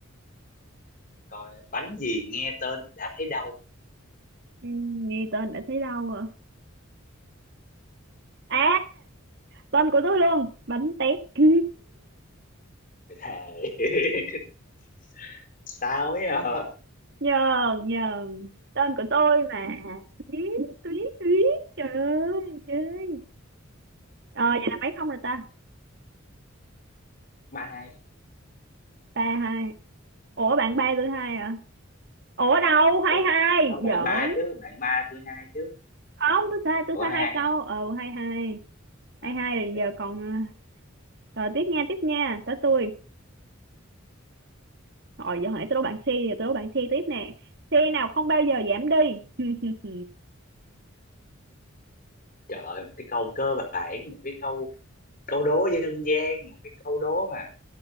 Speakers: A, on the left; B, on the right.
A: coi bánh gì nghe tên đã thấy đau
B: Ừm, nghe tên đã thấy đâu à à tên của tôi luôn bánh tét <laughs>
A: thề <laughs> sao ấy à
B: Nhờn Nhờn tên của tôi mà Tuyết Tuyết Tuyết trời ơi chơi ờ vậy là mấy không rồi ta
A: ba hai
B: ba hai ủa bạn ba tôi hai à ủa đâu hai
A: ủa
B: hai
A: không bạn
B: giỡn
A: ba chứ bạn ba tôi hai chứ
B: không tôi sai tôi
A: ủa
B: sai
A: hai
B: hai
A: hai
B: câu
A: hả
B: ờ hai hai
A: à
B: hai hai
A: ok
B: rồi giờ còn ờ, rồi tiếp nha tiếp nha tới tôi rồi giờ hồi nãy tôi đố bạn C giờ tôi đố bạn C tiếp nè C nào không bao giờ giảm đi <laughs>
A: Trời ơi, một cái câu cơ bản, một cái câu câu đố dân gian, một cái câu đố mà